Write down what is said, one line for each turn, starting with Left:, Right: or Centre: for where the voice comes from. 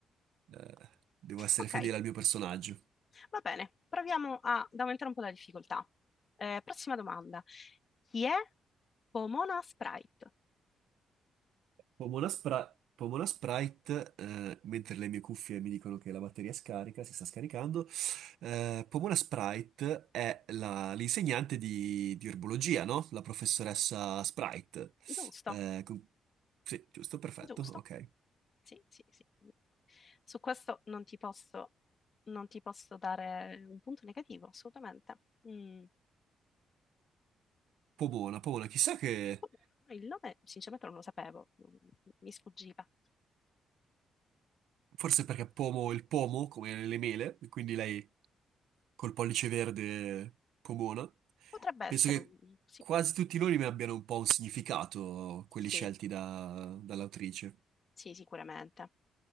Right: eh, devo essere
Left: ok,
Right: fedele al mio personaggio.
Left: va bene, proviamo a- ad aumentare un po' la difficoltà. Eh, prossima domanda. Chi è Pomona Sprite?
Right: Pomona, Spra- Pomona Sprite, eh, mentre le mie cuffie mi dicono che la batteria scarica, si sta scaricando, eh, Pomona Sprite è la- l'insegnante di, di erbologia, no? La professoressa Sprite.
Left: Giusto,
Right: Eh, con- Sì, giusto, perfetto,
Left: giusto.
Right: ok.
Left: Sì, sì, sì. Su questo non ti posso, non ti posso dare un punto negativo, assolutamente. Mm.
Right: Pomona, Pomona, chissà che...
Left: Comunque, Il nome sinceramente non lo sapevo, non- mi sfuggiva.
Right: Forse perché pomo il pomo, come nelle mele, quindi lei col pollice verde pomona.
Left: Potrebbe
Right: Penso
Left: essere,
Right: che
Left: un- sì,
Right: quasi tutti i nomi abbiano un po' un significato, quelli
Left: sì,
Right: scelti da- dall'autrice.
Left: sì, sicuramente.